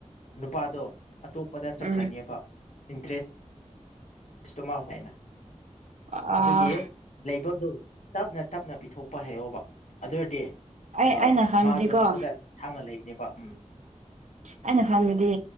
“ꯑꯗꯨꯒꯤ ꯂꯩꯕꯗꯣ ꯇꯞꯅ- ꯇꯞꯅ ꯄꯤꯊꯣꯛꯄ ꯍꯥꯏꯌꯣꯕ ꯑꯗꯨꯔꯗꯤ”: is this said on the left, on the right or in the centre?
Left